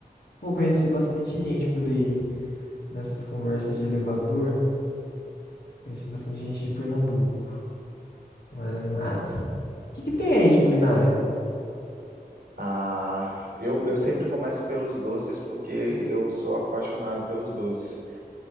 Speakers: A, on the left; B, on the right.
A: Pô, conheci bastante gente por aí nessas conversas de elevador. Conheci bastante gente de Pernambuco. Não era animado. O que que tem aí de culinária?
B: Ah, eu, eu sempre começo pelos doces porque eu sou apaixonado pelos doces.